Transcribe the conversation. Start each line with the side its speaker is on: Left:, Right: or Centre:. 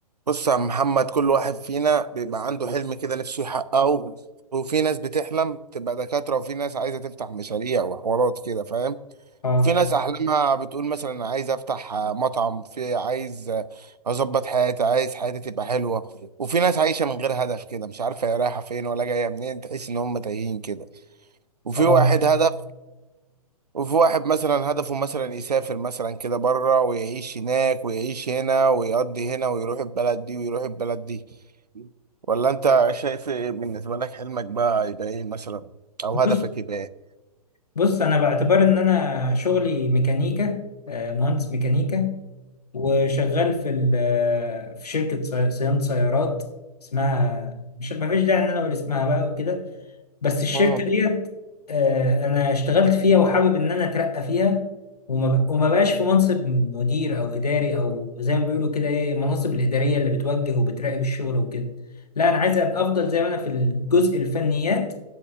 Right: بص يا عم محمد كل واحد فينا بيبقى عنده حلم كده نفسه يحققه وفي ناس بتحلم تبقى دكاترة وفي ناس عايزة تفتح مشاريع وحوارات كده فاهم
Left: اه
Right: في ناس أحلامها بتقول مثلا أنا عايز أفتح آه، مطعم في عايز آه، أظبط حياتي عايز حياتي تبقى حلوة وفي ناس عايشة من غير هدف كده مش عارفة هي رايحة فين ولا جاية منين تحس إن هم تايهين كده وفي
Left: اه
Right: واحد هدف وفي واحد مثلا هدفه مثلا يسافر مثلا كده بره ويعيش هناك ويعيش هنا ويقضي هنا ويروح البلد دي ويروح البلد دي ولا انت شايف ايه بالنسبة لك حلمك بقى يبقى ايه مثلا او هدفك
Left: بص
Right: يبقى ايه
Left: بص انا باعتبار ان انا شغلي ميكانيكا آه، مهندس ميكانيكا وشغال في ال- آه، في شركه صي- صيانه سيارات اسمها مش ما فيش داعي ان انا اقول اسمها بقى وكده بس الشركه
Right: مم.
Left: ديت آه، انا اشتغلت فيها وحابب ان انا اترقى فيها وما ب- وما بقاش في منصب مدير او اداري او زي ما بيقولوا كده ايه المناصب الاداريه اللي بتوجه وبتراقب الشغل وكده لا انا عايز ابقى افضل زي ما انا في الجزء الفنيات